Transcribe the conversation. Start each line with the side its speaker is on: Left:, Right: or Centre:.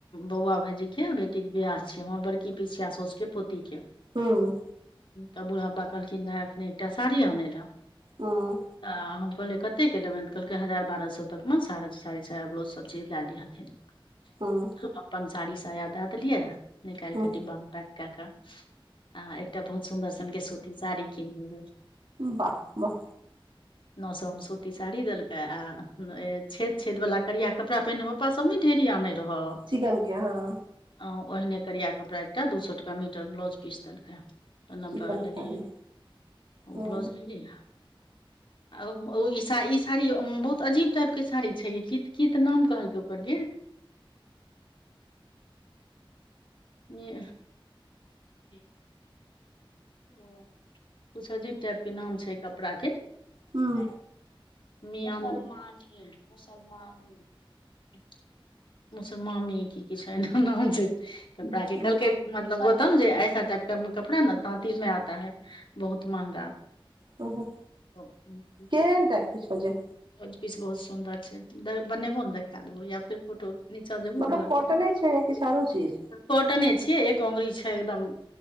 Left: बौआ भायजी के बेटी के बियाह छियै हमर बड़की पीसिया साउस के पोति के
Right: हूंम्म
Left: तऽ बूढ़ाबा कहलखिन एखनी एकटा साड़ी आनै लऽ
Right: हूंम्म
Left: तऽ हम कहलियै कतेक के लेबनि तऽ कहलकै हजार बारह सए तकमे सारा साड़ी साया ब्लाउज सभचीज लै लिहथिन <inaudible>
Right: हँ
Left: तू अपन साड़ी साया दै देलियै निकालिक
Right: हूँ
Left: डिब्बा मे पैक के कऽ आ एकटा बहुत सुन्दर सनके सूती साड़ी कीन लेलियै
Right: वाह वाह
Left: नौ सौ मे सूती साड़ी देलकै आ छेद छेद वला करिया कपड़ा पहिने पप्पा सब नै ढेरी आनै रहौ
Right: चिकन के हँ
Left: आ ओहिने करिया कपड़ा एकटा दू सौ टका मीटर ब्लाउज पीस देलकै नम्बा
Right: चिकन
Left: लेलियै
Right: कारी हूँ
Left: ब्लौज लेली आ ई साड़ी साड़ी बहुत अजीब टाइप के साड़ी छै कीत कीत नाम कहलकै ओकर आ गे नि <unintelligible> <inaudible> कुछ अजीब टाइप के नाम छै कपड़ा के मियमानी
Right: हूँ
Left: मुसलमाझी मुसलमामी मुसर मामी की किछ एना नाम छै दाई क
Right: हूँ
Left: कहलके मतलब ओत ऐसा टाइप क कपड़ा न ताँति ज मे आता है बहुत महगा
Right: हूँ
Left: <inaudible>
Right: केहन टाइप के छौजे
Left: बेलॉज पीस बहुत सुन्दर छै बनेबो ने देखा देबो या फिर फोटो नीचा जेबो
Right: मतलब
Left: ने घर मे,
Right: कॉटने छिए किछ और चीज
Left: कॉटने छियै एक अंगुरी छै एकदम